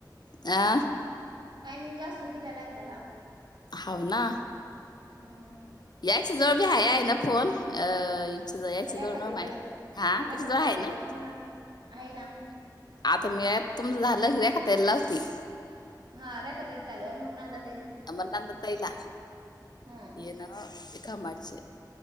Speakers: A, on the left; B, on the right.
A: आ
B: टायमिंग जास्तं दिलेला आहे त्यांला
A: हवं नां
B: हम्म
A: याचं जवळ भी आहे आहे नां फोन अ इ यांची
B: रेखाताईकडं
A: जवळ न माय हां त्यांच्या
B: रेखाताईकडं
A: जवळ आहे नां
B: हा आहे नां
A: आता मी तुमचं झालं कि त्याले लावती
B: हा त्यांच झाल्यावर मगं नंदा
A: आ मगं नंदाताईला
B: हम्म
A: येन कायं कामाचे